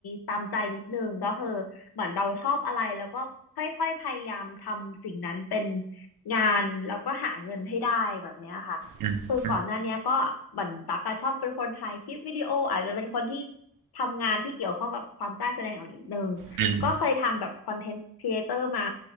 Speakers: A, on the left; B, on the right.
A: ตามใจนิดนึงก็คือเหมือนเราชอบอะไรแล้วก็ค่อยๆพยายามทำสิ่งนั้นเป็นงานแล้วก็หาเงินให้ได้แบบเนี้ยค่ะคือก่อนหน้าเนี้ยก็เหมือนตั๊กอะชอบเป็นคนถ่ายคลิปวิดีโออาจจะเป็นคนที่
B: อืม
A: ทำงานที่เกี่ยวข้องกับความกล้าแสดงออกนิดนึง
B: อืม
A: ก็เคยทำแบบคอนเทนต์ครีเอเตอร์มา